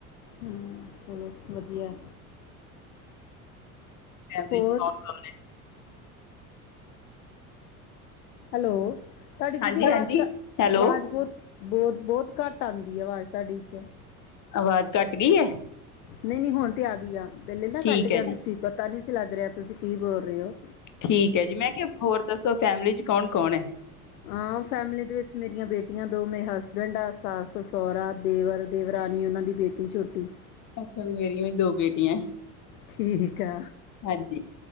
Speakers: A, on the left; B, on the left.
A: ਹੂੰ, ਚਲੋ ਵਧੀਆ।
B: ਕੈਮਰੇ
A: ਹੋਰ
B: ਚ ਕੌਣ-ਕੌਣ ਏ?
A: ਹੈਲੋ, ਤੁਹਾਡੀ ਦੀਦੀ
B: ਹਾਂਜੀ
A: ਆਵਾਜ਼
B: ਹਾਂਜੀ
A: ਕੱ
B: ਹੈਲੋ
A: ਆਵਾਜ਼ ਬਹੁਤ ਬਹੁਤ-ਬਹੁਤ ਘੱਟ ਆਂਉਦੀ ਏ ਆਵਾਜ਼ ਤੁਹਾਡੀ ਇਹ'ਚੋ।
B: ਆਵਾਜ਼ ਘੱਟ ਗਈ ਏ‌।
A: ਨਹੀਂ- ਨਹੀਂ, ਹੁਣ ਤੇ ਆ ਗਈ ਆ, ਪਹਿਲੇ ਨਾ
B: ਠੀਕ
A: ਕੱਟਕੇ
B: ਹੈ
A: ਆਉਦੀ
B: ਜੀ
A: ਸੀ ਪਤਾ ਨਹੀਂ ਸੀ ਲੱਗ ਰਿਹਾ ਤੁਸੀਂ ਕੀ ਬੋਲ ਰਹੇ ਹੋ,?
B: ਠੀਕ ਹੈ ਜੀ ਮੈਂ ਕਿਹਾ ਹੋਰ ਦੱਸੋ'ਫੈਮਿਲੀ ਚ ਕੌਣ -ਕੌਣ ਐ?
A: ਹਾਂ, ਫੈਮਿਲੀ ਦੇ ਵਿੱਚ ਮੇਰੀਆਂ ਬੇਟੀਆਂ ਦੋ, ਮੇਰੇ ਹਸਬੈਂਡ ਆ ਸੱਸ, ਸਹੁਰਾ, ਦੇਵਰ ਦੇਵਰਾਨੀ, ਉਹਨਾਂ ਦੀ ਬੇਟੀ ਛੋਟੀ।
B: ਅੱਛਾ ਮੇਰੀਆਂ ਵੀ ਦੋ ਬੇਟੀਆਂ।
A: ਠੀਕ ਆ,
B: ਹਾਂਜੀ